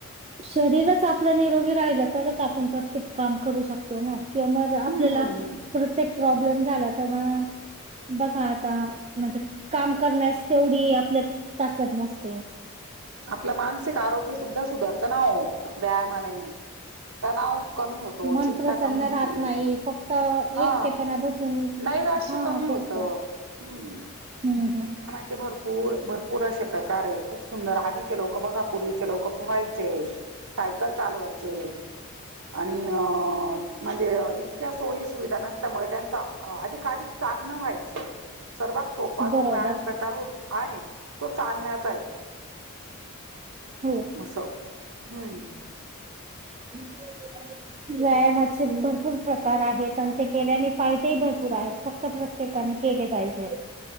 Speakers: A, on the right (about 30°); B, on the right (about 80°).
A: शरीरच आपलं निरोगी राहिलं. तरच आपण प्रत्येक काम करू शकतो ना. किं म आपल्याला
B: हम्म हम्म हम्म
A: प्रत्येक प्रॉब्लेम झाला तेव्हा बघा आता म्हणजे काम करण्यास तेवढी आपल्या ताकद नसते.
B: आपलं मानसिक आरोग्य सुद्धा सुधारत ना ओ. व्यायामाने. तनाव कमी होतो.
A: मन
B: चिंता
A: प्रसन्न
B: कमी होते.
A: राहत नाही फक्त
B: हा
A: एकटेपणा बसून
B: नैराश्य
A: हा
B: कमी होतं.
A: तेच तर.
B: हम्म.
A: हम्म हम्म हम्म.
B: ते भरपूर भरपूर असे प्रकार आहे, खूप सुंदर आधीचे लोक बघा पूर्वीचे लोक पोहायचे. सायकल चालवायचे आणि अ म्हणजे इतक्या सोयी सुविधा नसल्यामुळे त्यांचा अ अधिकाधिक चालनं व्हायचं सर्वात सोपा जो
A: बरोबर
B: व्यायाम प्रकार हो, आणि तो चालण्याचा आहे.
A: हो.
B: असो, हम्म.
A: <inaudible> व्यायामाचे भरपूर प्रकार आहेत आणि ते केल्याने फायदेही भरपूर आहेत. <unintelligible> प्रत्येकाने केले पाहिजे‌.